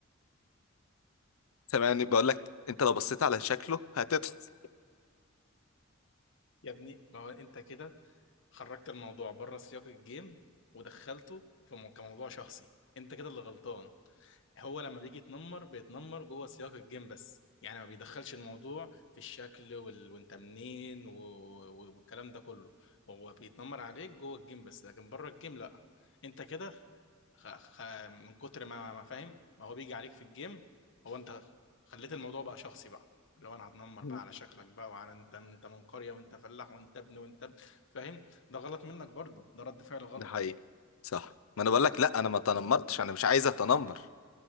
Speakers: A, on the left; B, on the left.
A: سامعني بقول لك انت لو بصيت على شكله هتت
B: يا ابني ما هو انت كده خرجت الموضوع بره سياق الجيم ودخلته في مو- كموضوع شخصي انت كده اللي غلطان هو لما بيجي يتنمر بيتنمر جوه سياق الجيم بس يعني ما بيدخلش الموضوع في الشكل وال... وانت منين و... و- والكلام ده كله هو بيتنمر عليك جوه الجيم بس لكن بره الجيم لا انت كده خ... خ... من كتر ما ما فاهم ما هو بيجي عليك في الجيم هو انت خليت الموضوع بقى شخصي بقى لو انا هتنمر
A: <laughs>
B: بقى على شكلك بقى وعلى انت انت من قرية وانت فلاح وانت ابن وانت ابن فاهم ده غلط منك برضه ده رد فعل غلط
A: ده حقيقي صح ما انا بقول لك لا انا ما تنمرتش انا مش عايز اتنمر